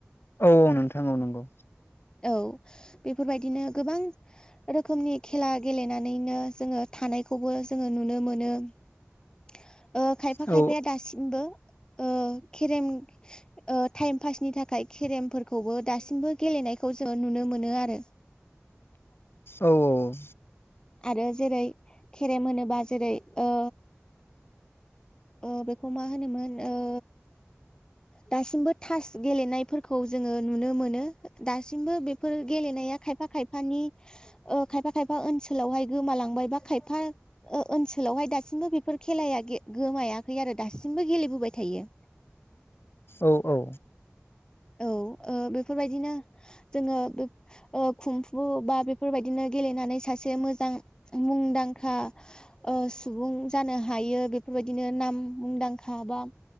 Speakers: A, on the left (about 65°); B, on the left (about 20°).
A: औ औ नोंथां ओ नंगौ
B: औ बेफोरबायदिनो गोबां रोखोमनि खेला गेलेनानैनो जोङो थानायखौबो जोङो नुनो मोनो ओ खायफा
A: औ
B: खायफाया दासिमबो ओ खेरेम ओ टाइम पासनि थाखाय केेरेम फोरफोरखौबो दासिमबो गेलेनायखौ जोंङो नुनो मोनो आरो
A: औ औ
B: आरो जेरै खेराम होनोबा जेरै ओ ओ बेखौ मा होनोमोन ओ दासिमबो थास गेलेनायफोरखौ जोङो नुनो मोनो दासिमबो बेफोर गेलेनाया खायफा खायफानि ओ खायफा खायफा ओनसोलावहाय गोमालांबाय बायबा खायफा ओनसोलावहाय दासिमबो बेफोर खेलाया गोमायाखै आरो दासिमबो गेलेबोबाय थायो
A: औ औ
B: औ ओ बेफोरबायदिनो जोंङो ओ खुमफु बा बेफोरबायदिनो गेलेनानै सासे मोजां मुंदांखा ओ सुबुं जानो हायो बेफोरबायदिनो नाम मुंदांखा बा